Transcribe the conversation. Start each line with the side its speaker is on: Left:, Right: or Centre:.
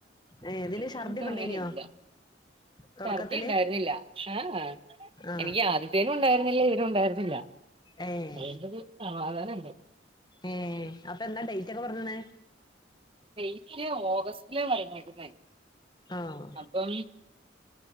Left: ഏ
Right: ഇതിന്
Left: ഛർദിയൊക്കെ
Right: പിന്നേങ്ങനീല്ല
Left: ഉണ്ടേനിയോ തുടക്കത്തില്
Right: ഛർദി ഉണ്ടായിരുന്നില്ല ആഹ്.
Left: ആ
Right: എനിക്ക് ആദ്യത്തേനും ഉണ്ടായിരുന്നില്ല ഇതിനും ഉണ്ടായിരുന്നില്ല.
Left: ഏഹ്
Right: അതുകൊണ്ടൊരു സമാധാനമുണ്ട്
Left: ഏഹ് അപ്പൊ എന്നാ ഡേറ്റ് ഒക്കെ പറഞ്ഞണ്?
Right: ഡേറ്റ് ഓഗസ്റ്റില പറഞ്ഞേക്കുന്നെ.
Left: ആഹ്.
Right: അപ്പം